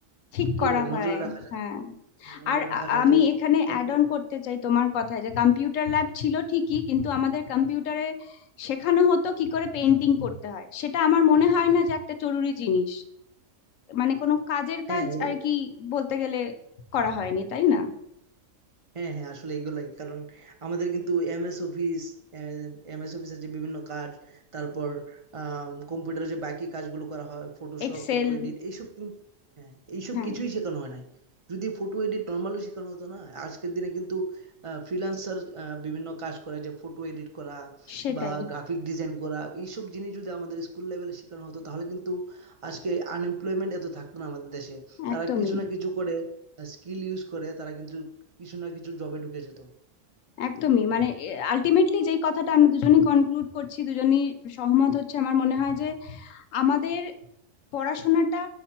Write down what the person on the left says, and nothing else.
ঠিক
করা
হয়
হ্যাঁ
আর
আ-
আমি
এখানে
অ্যাড অন করতে চাই তোমার কথায় যে কম্পিউটার ল্যাব ছিল ঠিকই কিন্তু আমাদের কম্পিউটারে শেখানো হতো কি করে পেন্টিং করতে হয় সেটা আমার মনে হয় না যে একটা জরুরি জিনিস মানে কোনো কাজের
কাজ আর কি বলতে গেলে করা হয়নি তাই না
এক্সেল
হ্যাঁ
সেটাই
একদমই
একদমই মানে আলটিমেটলি যেই কথাটা আমরা দুজনই কনক্লুড করছি দুজনই সহমত হচ্ছে আমার মনে হয় যে আমাদের পড়াশোনাটা